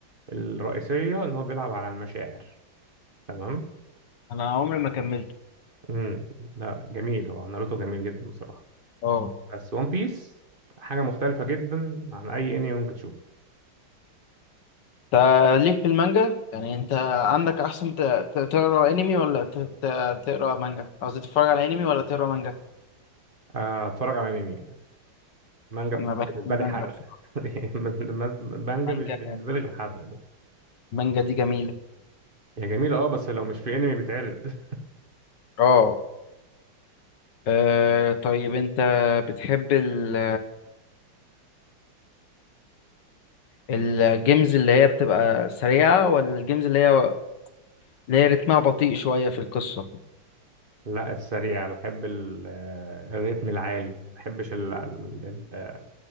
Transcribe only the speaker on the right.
الرئيسية ان هو بيلعب على المشاعر تمام
امم لا جميل هو ناروتو جميل جدا بصراحة
بس ون بيس حاجة مختلفة جدا عن أي أنمي ممكن تشوفه
آه، أتفرج على أنمي مانجا
بالنسبة
لي حرق
<laughs> مانجا
مش بالنسبة لي غير حرق بس
هي جميلة أه بس لو مش في أنمي بيتعرض <laughs>
لا السريع بحب ال- آه، الريتم العالي ما بحبش ال- ال- ال-